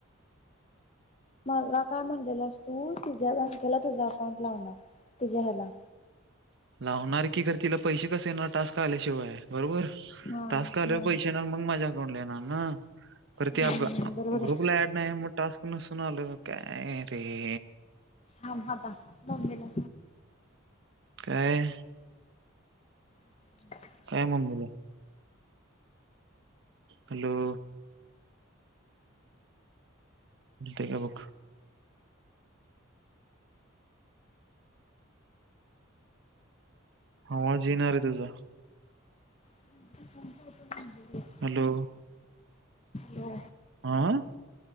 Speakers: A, on the left (about 30°); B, on the right (about 55°).
A: मला काय म्हण गेलंस तू तिझ्या बँेला तुझा अकाउंट लावणार तुझ्या ह्याला
B: लावणार की खर तिला पैसे कसे येणार टास्क आल्याशिवाय बरोबर.
A: हा
B: टस्लेवर
A: हा
B: पैसे ये मग माझ्या अकाउंटला येणार ना तर
A: हम्म
B: ते
A: बरोबर आहे
B: ग्रुपला. नाही मग टास्क नसून आलं काय रे.
A: थांब होता मुंबईला.
B: काय
A: <inaudible>
B: काय म्हणलं. हॅलो! का बुघ. होवाज येणार आहे तुझा.
A: ण का
B: हॅलो
A: हो.
B: आह.